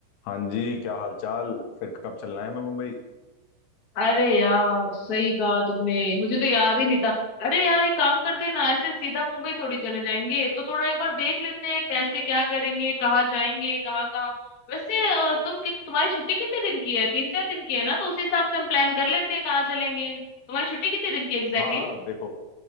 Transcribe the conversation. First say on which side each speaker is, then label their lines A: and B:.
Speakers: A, on the left; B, on the left.
A: हाँ जी क्या हालचाल फिर कब चलना है मैं मुंबई
B: अरे यार सही कहा तुमने मुझे तो याद ही नहीं था अरे यार एक काम करते हैं ना ऐसे सीधा मुंबई थोड़ी चले जाएंगे तो थोड़ा एक बार देख लेते हैं कैसे क्या करेंगे कहाँ जाएंगे कहाँ कहाँ वैसे अ, तुम कि, तुम्हारी छुट्टी कितने दिन की है तीन चार दिन की है ना तो उसी हिसाब से हम प्लान कर लेते हैं कहाँ चलेंगे तुम्हारी छुट्टी कितने दिन की एग्जैक्टली
A: हाँ हाँ देखो